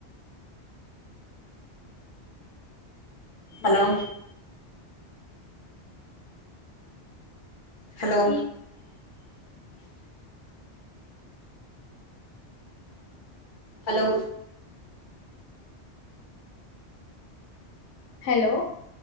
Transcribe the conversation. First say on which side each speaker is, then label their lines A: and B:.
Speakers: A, on the left; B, on the left.
A: ఇ
B: హలో
A: <unintelligible>
B: హలో
A: అ
B: హలో
A: హలో